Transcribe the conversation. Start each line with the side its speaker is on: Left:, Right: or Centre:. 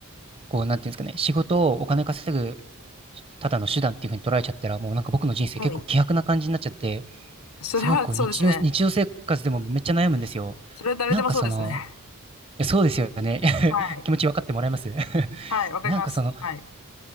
Right: こう、なんていうんですかね、仕事をお金稼ぐ、ただの手段っていう風に捉えちゃったら、もうなんか僕の人生結構希薄な感じになっちゃって、
Left: はい。それはそうですね。
Right: すごいこう、日常、日常生活でもめっちゃ悩むんですよ。
Left: それは誰でもそうですね。
Right: なんかその、いやそうですよね。
Left: はい。
Right: <laughs> 気持ち分かってもらえます <laughs>
Left: はい。わかります。
Right: なんかその、
Left: はい。